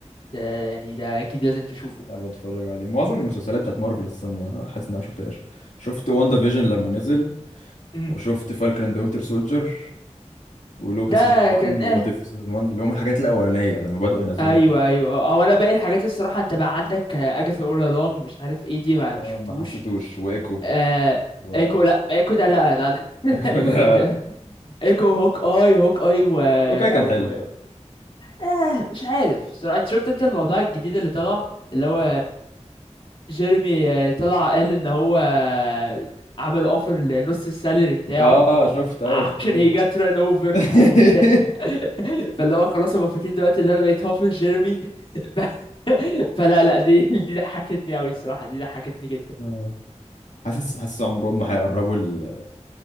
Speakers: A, on the left; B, on the left.
A: ده يعني ده اكيد لازم تشوفه
B: حابب اتفرج عليه معظم المسلسلات بتاعت مارفل السنة ما حاسس ان انا ما شفتهاش شفت واندا فيجن لما نزل
A: امم
B: وشفت فالكون اند وينتر سولجر ولوكي
A: ده
B: سيزون 1
A: كان
B: ووات
A: اه
B: اف سيزون 1 اللي هم الحاجات الاولانيه لما بداوا ينزلوا
A: ايوه
B: مسلسلات.
A: ايوه او انا باقي الحاجات الصراحه انت بقى عندك اجاثا اورا لونج مش عارف ايه دي ما مش
B: آه،
A: شفتوش
B: ما حسيتوش وايكو
A: آه
B: و
A: ايكو لا ايكو ده لا لا, لا.
B: <laughs>
A: <laughs>
B: ايكو ده
A: لا. ايكو هوك اي هوك اي و...
B: اوكي
A: او
B: كان حلو
A: آه مش عارف صراحه انت شفت انت الموضوع الجديد اللي طلع اللي هو جيرمي آه، طلع قال ان هو آه، عمل اوفر لنص السالري بتاعه
B: اه شفت ايوه
A: عشان
B: خدت بالي
A: هي جت ران اوفر
B: <laughs>
A: وبتاع <laughs> فاللي هو خلاص هما فاكرين دلوقتي اللي انا بقيت هافل جيرمي ف... <laughs> فلا لا دي دي ضحكتني قوي الصراحه دي ضحكتني جدا
B: آه. حاسس حاسس عمرهم ما هيقربوا ال...